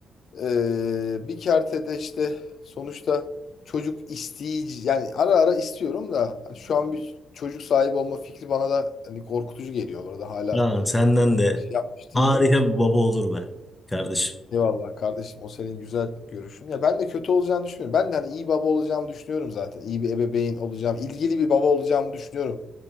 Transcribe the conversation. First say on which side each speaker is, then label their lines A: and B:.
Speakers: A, on the left; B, on the left.
A: Ee, bir kertede işte sonuçta çocuk isteyici yani ara ara istiyorum da hani şu an bir çocuk sahibi olma fikri bana da hani korkutucu geliyor orada hala
B: Tamam senden de
A: şey yapmış
B: harika
A: değilim.
B: bir baba olur be kardeşim.
A: Eyvallah kardeşim o senin güzel görüşün. Ya ben de kötü olacağını düşünmüyorum. Ben de hani iyi baba olacağımı düşünüyorum zaten. İyi bir ebeveyn olacağım. ilgili bir baba olacağımı düşünüyorum.